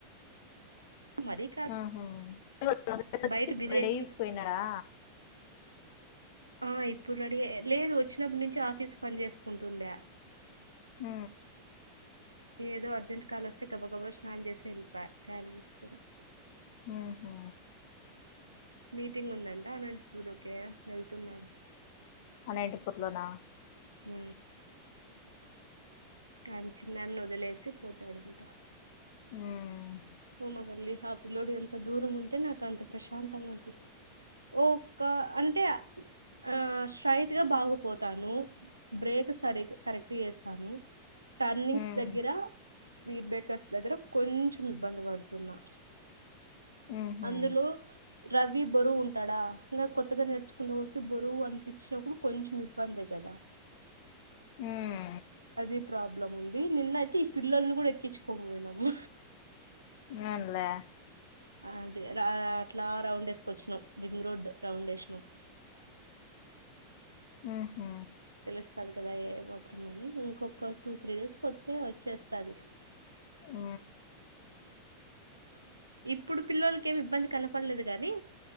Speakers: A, on the right; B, on the left.
A: మరీ కా
B: ఆహా ఆఫీస్ నుండి వచ్చి
A: బయట బిర్యానీ
B: రెడీ అయి పోయినాడా
A: ఆ ఇప్పుడు రెడీ లేదు వచ్చినప్పుడు నుంచి ఆఫీస్ పని చేసుకుంటుండే
B: ఊ
A: ఏదో అర్జెంట్ కాల్ వస్తే గబ గబ స్నానం చేసి ఎల్లిపోయ క్యారిర్ తీసుకొని
B: ఊహు
A: మీటింగ్ ఉందంట అనంతపూర్ ఊరి కే వెళ్తున్నాడు
B: అనంతపూర్లోనా
A: హ ఆమె చిన్నమ్మని వదిలేసి పోతాడుంటా
B: ఊమ్
A: పోమ్మ తల్లి హ పిలోడు ఎంత దూరం ఉంటే నాకు అంత ప్రశాంతంగా అనిపిస్తది ఓక అంటే ఆ స్ట్రైట్గా బాగపోతాను బ్రేక్ సరిగ్ కరెక్ట్ చేస్తాను టర్నింగ్స్
B: ఉమ్
A: దగ్గర స్పీడ్ బ్రేకర్స్ దగ్గర కొంచెం ఇబ్బంది పడుతున్నా
B: ఉహ
A: అందులో రవీ బరువుంటాడా ఇలా కొత్తగా నేర్చుకునే వోళ్ళకి బరువు అనిపించినప్పుడు కొంచెం ఇబ్బందే కదా
B: హ్మ్
A: అదే ప్రాబ్లం ఉంది నిన్నయితే ఈ పిల్లల్ని కూడా ఎక్కించుకొని పోయినాము
B: అవునులే
A: అంటే అట్లా రౌండ్ వేసుక వచ్చినాం రింగ్ రోడ్ రౌండ్ వేసినాం
B: ఆహ
A: తెలుస్తది కదా ఏ మాత్రం అని ఇంకొక టూ త్రీ డేస్ కొతే వచ్చేస్తది
B: ఊ
A: ఇప్పుడు పిల్లోలకి ఏమి ఇబ్బంది కనపడలేదు గానీ